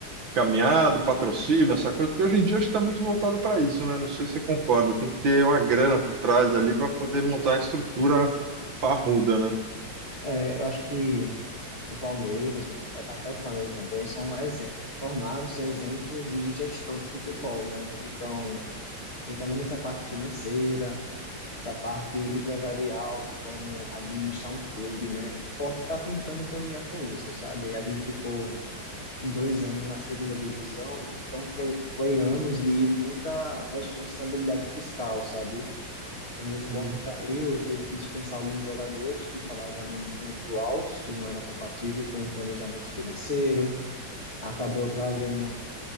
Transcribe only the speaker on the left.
É, eu acho que o Palmeiras, o- até o Flamengo também, são exem- tornaram-se exemplos de gestão de futebol, né? Então, entra muito nessa parte financeira, essa parte empresarial de como administrar um clube, né? O esporte está tentando caminhar com isso, sabe? A gente ficou dois anos na segunda divisão, então foi, foi anos de muita responsabilidade fiscal, sabe? Quando o Sport
caiu, teve que dispensar alguns jogadores que os salários eram muito altos, que não era compatível com o planejamento financeiro. Acabou trazendo